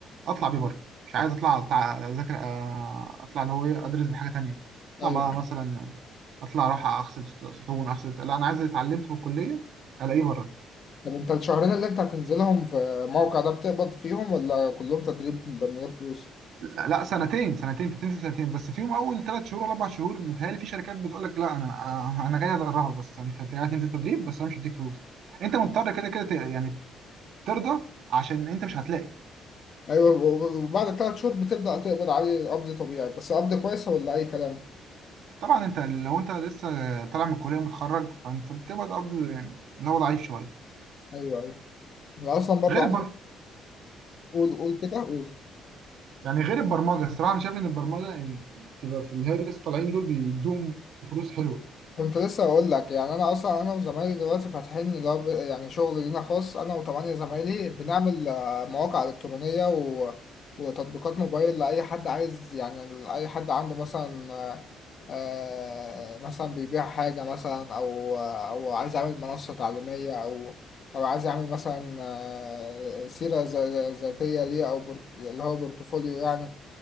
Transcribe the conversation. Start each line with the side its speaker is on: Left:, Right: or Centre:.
Right: أطلع بيه بره مش عايز أطلع أتع- أذاكر أ- أطلع اللي هو إيه أدرس بحاجة تانية أطلع
Left: ايوه
Right: بقى مثلا أطلع أروح أغسل صحون أغسل لا أنا عايز اللي اتعلمته في الكلية ألاقيه بره
Left: طب انت الشهرين اللي انت هتنزلهم في الموقع ده بتقبض فيهم ولا كلهم تدريب من غير فلوس
Right: لا, لا سنتين سنتين تنسى سنتين بس فيهم أول ثلاث شهور ولا أربع شهور متهيألي في شركات بتقول لك لا أنا آه، أنا جاي أدربك بس أنت جاي تنزل تدريب بس أنا مش هديك فلوس انت مضطر كده كده ت- يعني ترضى عشان انت مش هتلاقي
Left: ايوه وب- وبعد ثلاث شهور بتبدأ تقبض عليه قبض طبيعي بس قبض كويس ولا اي كلام
Right: طبعا انت لو انت لسه طالع من الكليه متخرج فانت بتبقى قبض يعني اللي هو ضعيف شويه
Left: ايوه ايوه انا اصلا برضو
Right: غير
Left: عايز
Right: البر...
Left: قول قول كده قول
Right: يعني غير البرمجه الصراحه انا شايف ان البرمجه يعني بتبقى في اللي هي لسه طالعين دول بيدوهم فلوس حلوه
Left: كنت لسه اقول لك يعني انا اصلا انا وزمايلي دلوقتي فاتحين اللي هو ب- يعني شغل لينا خاص انا وثمانية زمايلي بنعمل آه، مواقع الكترونيه و... وتطبيقات موبايل لاي حد عايز يعني لاي حد عنده مثلا آه، آه، مثلا بيبيع حاجه مثلا او او عايز يعمل منصه تعليميه او او عايز يعمل مثلا آه، سيره ذ- ذاتيه ليه او بورت... اللي هو بورتفوليو يعني